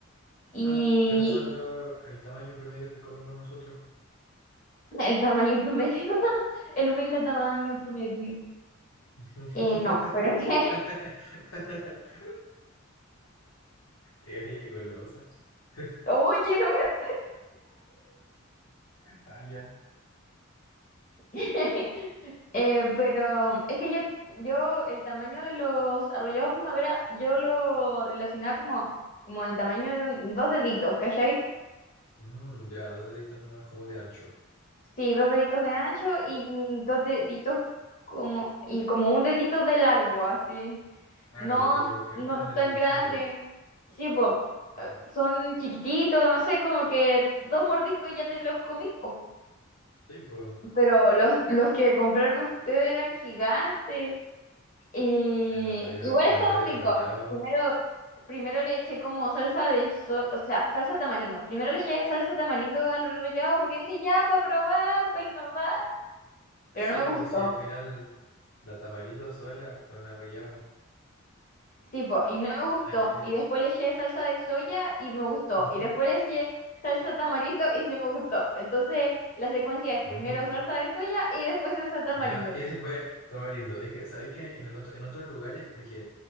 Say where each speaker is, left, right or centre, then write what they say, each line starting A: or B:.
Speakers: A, on the left; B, on the left.
A: Y
B: No, esos son los, el tamaño promedio que comemos nosotros.
A: El tamaño promedio, <laughs> el humilde tamaño promedio.
B: <laughs>
A: Eh, no, pero es que...
B: Ey, golosa. <laughs>
A: <laughs> Oye, no me
B: Ah, ya.
A: veía. <laughs> Eh, pero es que yo, yo el tamaño de los arrollados primavera, yo lo relacionaba como, como el tamaño de un- dos deditos, ¿cachai?
B: Mm, ya, dos deditos nomás como de ancho.
A: Sí, dos deditos de ancho y dos deditos como, y como un dedito de largo, así.
B: Claro,
A: No,
B: como los que
A: no
B: venden en el
A: tan grande.
B: China Walk.
A: Sí, po,
B: Claro.
A: eh, son chiquititos, no sé, como que dos mordiscos ya te los comís, po.
B: Sí, pues.
A: Pero los, los que compraron ustedes eran gigantes. Y
B: ah, Los medio,
A: igual
B: los
A: estaban
B: medio
A: ricos.
B: arrollados.
A: Primero, primero le eché como salsa de, so- o sea, salsa tamarindo. Primero le eché salsa tamarindo al rallado porque dije, ya, para probar, para innovar. Pero
B: Sí,
A: no me gustó.
B: pues sí, al final la tamarindo sola con arrollado.
A: Sí, po, y no me gustó.
B: Ah, Es que, eh,
A: Y después le eché salsa de soya y me gustó.
B: ujú,
A: Y después le eché salsa tamarindo y sí me gustó. Entonces, la secuencia es
B: ujú.
A: primero salsa de soya y después salsa tamarindo.
B: Ya, y después tamarindo. Es que, ¿sabes que En el otro, en otros lugares, porque